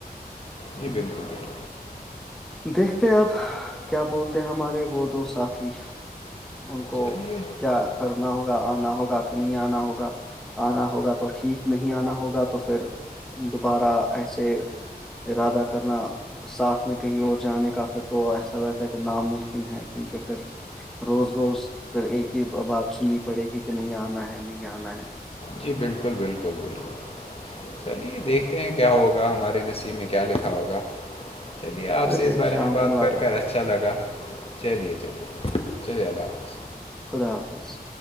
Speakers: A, on the left; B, in the centre.
A: جی بالکل جالل
B: دیکھتے اب کیا بولتے ہمارے وہ دو ساتھ ان کو
A: چلیے
B: کیا کرنا ہوگا آنا ہوگا کہ نہیں آنا ہوگا آنا ہوگا تو ٹھیک نہیں آنا ہوگا تو پھر دوبارہ ایسے ارادہ کرنا ساتھ میں کہیں اور جانے کا پھر تو ایسا لگتا ہے کہ ناممکن ہے کیونکہ پھر روز روز پھر ایک ہی بات سننی پڑے گی کہ نہیں آنا ہے نہیں آنا ہے
A: جی بالکل بالکل بالکل چلیے دیکھتے ہیں کیا ہوگا ہمارے نصیب میں کیا لکھا ہوگا چلیے آپ
B: ویسے
A: سے اس بارے
B: شام
A: میں بات
B: کو ملاقات
A: کر کر اچھا لگا چلیے چلیے چلیے اللہ حافظ
B: خدا حافظ